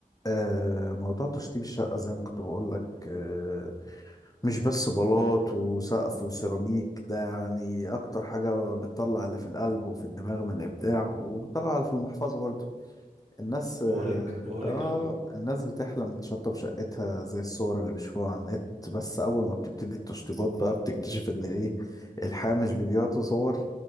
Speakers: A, on the left; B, on the right.
A: آه، موضوع تشطيب الشقة زي ما كنت بقول لك آه، مش بس بلاط وسقف وسيراميك ده يعني أكتر حاجة بتطلع اللي في القلب وفي الدماغ من إبداع وبتطلع اللي في المحفظة برضو الناس
B: مهلك
A: آه
B: مهلك
A: آه،
B: قوي
A: الناس بتحلم تشطب شقتها زي الصور اللي بيشوفوها على النت بس أول ما بتبتدي التشطيبات بقى بتكتشف إن إيه الحياة مش فيديوهات وصور